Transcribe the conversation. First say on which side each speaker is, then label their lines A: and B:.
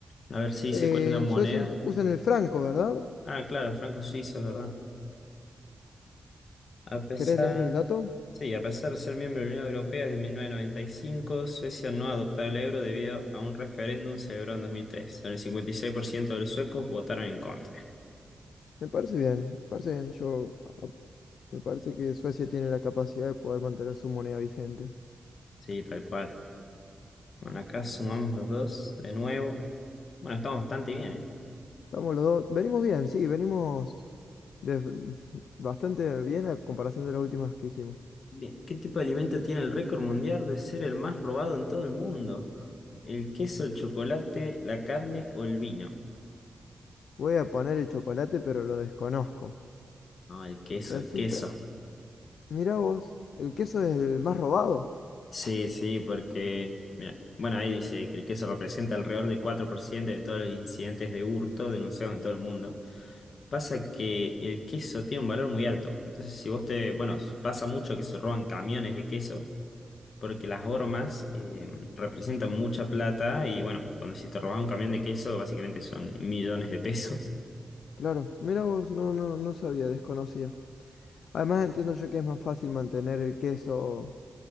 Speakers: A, on the left; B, on the left.
A: A ver si dice
B: Eh,
A: cuál es la
B: en
A: moneda.
B: Suecia us- usan el franco, ¿verdad?
A: Ah, claro, franco suizo, es ¿verdad? A pesar,
B: ¿Querés leer el dato?
A: sí, a pesar de ser miembro de la Unión Europea desde mil novecientos noventa y cinco Suecia no ha adoptado el euro debido a un referéndum celebrado en dos mil tres donde el 56% de los suecos votaron en contra.
B: Me parece bien, me parece bien, yo Me parece que Suecia tiene la capacidad de poder mantener su moneda vigente.
A: Sí, tal cual. Bueno, acá sumamos los dos de nuevo. Bueno, estamos bastante bien, ¿eh?
B: Estamos los dos. Venimos bien, sí, venimos de- <laughs> bastante bien a comparación de las últimas que hicimos.
A: Bien, ¿qué tipo de alimento tiene el récord mundial de ser el más robado en todo el mundo? ¿El queso, el chocolate, la carne o el vino?
B: Voy a poner el chocolate, pero lo desconozco.
A: No, el queso,
B: Resulta,
A: el queso.
B: mirá vos, el queso es el más robado.
A: Sí, sí, porque, mira, bueno, ahí dice que el queso representa alrededor del 4% de todos los incidentes de hurto denunciados en todo el mundo. Pasa que el queso tiene un valor muy alto. Entonces, si vos te, bueno, pasa mucho que se roban camiones de queso, porque las hormas eh, representan mucha plata y, bueno, cuando si te robas un camión de queso, básicamente son millones de pesos. <laughs>
B: Claro, mirá vos, no, no, no sabía, desconocía. Además entiendo yo que es más fácil mantener el queso